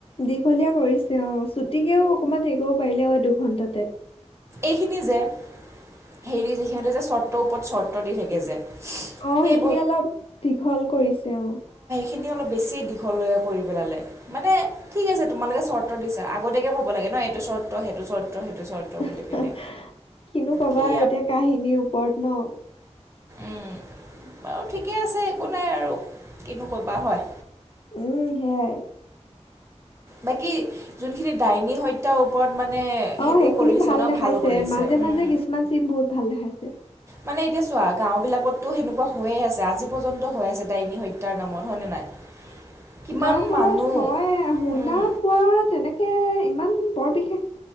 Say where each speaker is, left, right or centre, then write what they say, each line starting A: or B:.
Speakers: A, on the left; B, on the right.
A: দীঘলীয়া কৰিছে অ ছুটিকেও অকমান হেৰি কৰিব পাৰিলে হয় দুঘন্টাতে
B: এইখিনি যে হেৰি সিহঁতে যে চৰ্তৰ ওপৰত চৰ্ত দি থাকে যে
A: অ
B: সেই
A: সেইখিনি
B: ব
A: অলপ দীঘল কৰিছে অ'
B: সি অলপ বেছিয়ে দীঘলীয়া কৰি পেলালে মানে ঠিক আছে তোমালোকে চৰ্ট দিছা আগতীয়াকে ক'ব লাগে নহ এইটো চৰ্ত সেইটো চৰ্ত সেইটো চৰ্ত বুলি
A: কিনো
B: পিনে
A: কবা
B: কি
A: আৰু এতিয়া কাহিনীৰ ওপৰত ন
B: উম বাৰু ঠিকে আছে একো নাই আৰু কিনো কবা হয়
A: উম সেয়াই
B: বাকী যোনখিনি ডাইনী হত্যাৰ ওপৰত মানে
A: অ
B: সেইটো
A: সেইখিনি
B: কৰিছে
A: ভাল
B: ন
A: দেখাইছে
B: কৰিছে
A: মাজে মাজে
B: উম
A: কিছুমান চিন বহুত ভাল দেখাইছে
B: মানে এতিয়া চোৱা গাঁও বিলাকততো হেনেকুৱা হৈয়ে আছে আজি পৰ্যন্ত হৈ আছে ডাইনী হত্যাৰ নামত হয় নে নাই কিমান
A: গাওবোৰত
B: মানুহ
A: হয় শুনা
B: উম
A: পোৱা তেনেকে ইমান বৰ বিশেষ